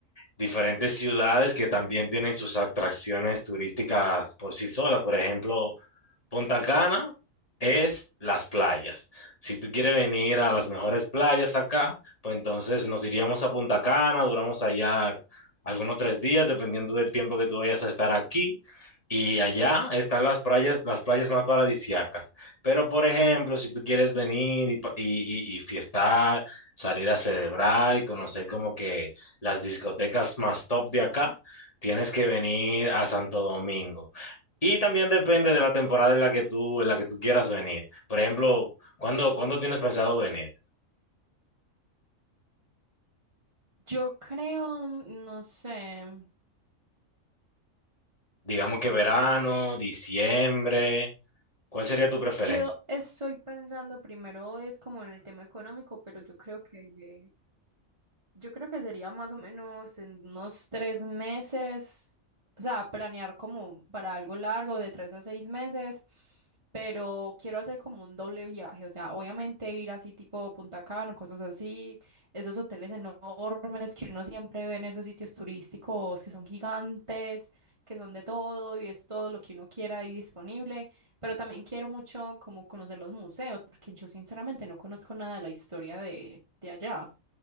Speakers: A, on the left; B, on the right.
A: Diferentes ciudades que también tienen sus atracciones turísticas por sí solas. Por ejemplo, Punta Cana es las playas. Si tú quieres venir a las mejores playas acá, pues entonces nos iríamos a Punta Cana, duramos allá algunos tres días, dependiendo del tiempo que tú vayas a estar aquí. Y allá están las playas, las playas más paradisíacas. Pero, por ejemplo, si tú quieres venir y, pa- y, y- y fiestar, salir a celebrar y conocer como que las discotecas más top de acá, tienes que venir a Santo Domingo. Y también depende de la temporada en la que tú, en la que tú quieras venir. Por ejemplo, ¿cuándo, cuándo tienes pensado venir?
B: Yo creo, no sé,
A: Digamos que verano, diciembre, ¿cuál sería tu preferencia?
B: yo estoy pensando primero es como en el tema económico, pero yo creo que, Yo creo que sería más o menos en unos tres meses, o sea, planear como para algo largo de tres a seis meses, pero quiero hacer como un doble viaje, o sea, obviamente ir así tipo Punta Cana, cosas así, esos hoteles enormes que uno siempre ve en esos sitios turísticos que son gigantes, que son de todo y es todo lo que uno quiera ahí disponible, pero también quiero mucho como conocer los museos, porque yo sinceramente no conozco nada de la historia de, de allá.